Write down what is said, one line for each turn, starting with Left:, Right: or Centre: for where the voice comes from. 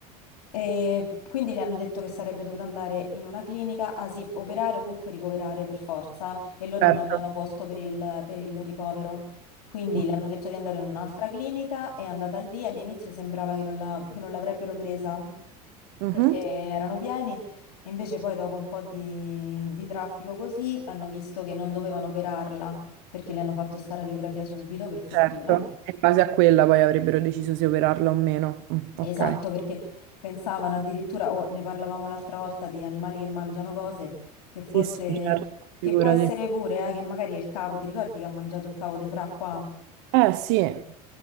Left: E quindi le hanno detto che sarebbe dovuta andare in una clinica, ah sì, operare o comunque ricoverare per forza, e loro
Right: certo.
Left: non avevano posto per il, per il ricovero. Quindi
Right: Ok.
Left: le hanno detto di andare in un'altra clinica, è andata lì, all'inizio sembrava che non la- che non l'avrebbero presa
Right: Mhm.
Left: perché erano pieni, e invece poi dopo un po' di, di traffico così hanno visto che non dovevano operarla perché le hanno fatto sta radiografia subito, per fortuna.
Right: Certo, e in base a quella poi avrebbero deciso se operarla o meno. Mm, ok.
Left: Esatto, perché pensavano addirittura, o ne parlavamo l'altra volta, di animali che mangiano cose che forse,
Right: Sì, sì, certo,
Left: che
Right: figurati.
Left: può essere pure, eh, che magari è il cavo, ti ricordi che ha mangiato il cavo di Fra qua?
Right: Eh sì, eh